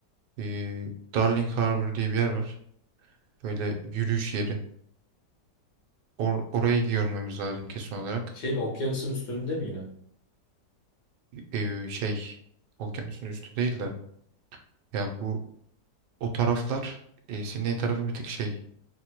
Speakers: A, on the right; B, on the left.
A: Ee, Darling Harbour diye bir yer var. Böyle yürüyüş yeri. Or orayı görmemiz lazım kesin olarak.
B: Şey mi okyanusun üstünde mi yine?
A: Ee, şey okyanusun üstü değil de ya bu o taraflar e, Sydney tarafı bir tık şey